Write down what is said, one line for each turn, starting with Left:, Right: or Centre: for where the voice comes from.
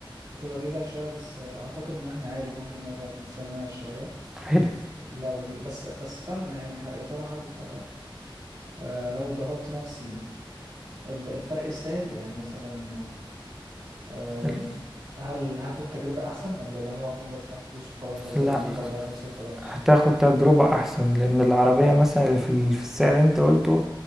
Right: هتبقى بعيدة شوية بس اعتقد ان احنا عادي ممكن نضغط نفسنا شوية
Centre: حلو
Right: لو ال- بس بس فعلا يعني ه- يا ترى هل آه لو ضغطت نفسي ال- الفرق يستاهل يعني مثلا آه
Centre: ال-
Right: هل هاخد تجربة احسن ولا اللي هو هكون بدفع فلوس وخلاص بزود
Centre: لا
Right: وبضغط نفسي وخلاص
Centre: هتاخد تجربة أحسن لأن العربية مثلا اللي في ال- في السعر اللي أنت قلته